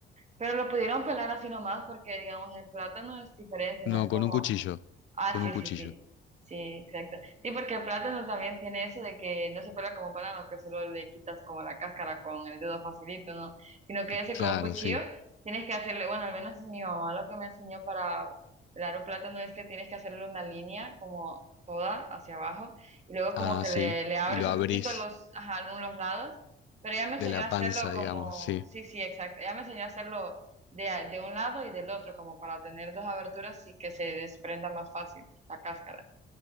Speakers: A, on the right; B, on the left.
A: Pero lo pudieron pelar así nomás porque, digamos, el plátano es diferente, no
B: No,
A: es
B: con
A: como
B: un cuchillo,
A: Ah,
B: con un
A: sí,
B: cuchillo.
A: sí, sí. Sí, exacto. Sí, porque el plátano también tiene eso de que no se pela como banano, que solo le quitas como la cáscara con el dedo facilito, ¿no? Sino que ese
B: Claro,
A: con un cuchillo
B: sí.
A: tienes que hacerle, bueno, al menos mi mamá lo que me enseñó para pelar un plátano es que tienes que hacerle una línea como toda hacia abajo y luego como
B: Ah,
A: que
B: sí.
A: le, le abres
B: Y lo
A: un
B: abrís
A: poquito los, ajá, los lados, pero ella me enseñó
B: de la
A: a hacerlo
B: panza, digamos,
A: como,
B: sí.
A: sí, sí, exacto. Ella me enseñó a hacerlo de, a- de un lado y del otro, como para tener dos aberturas y que se desprenda más fácil la cáscara.